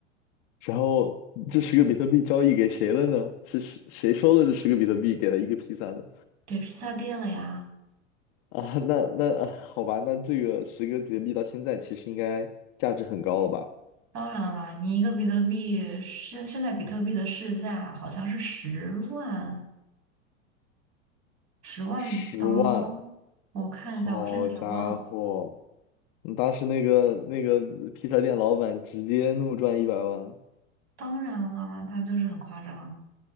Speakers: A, on the left; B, on the right.
A: 然后这十个比特币交易给谁了呢？是谁谁收了这十个比特币给了一个 P 三的？
B: 给披萨店了呀。
A: 啊，那那啊好吧，那这个十个比特币到现在其实应该价值很高了吧？
B: 当然啦，你一个比特币现现在比特币的市价好像是十万十万刀，
A: 十万。
B: 我看一下，
A: 好家伙，
B: 我真有点忘了。
A: 你当时那个那个披萨店老板直接怒赚一百万，
B: 当然啦，它就是很夸张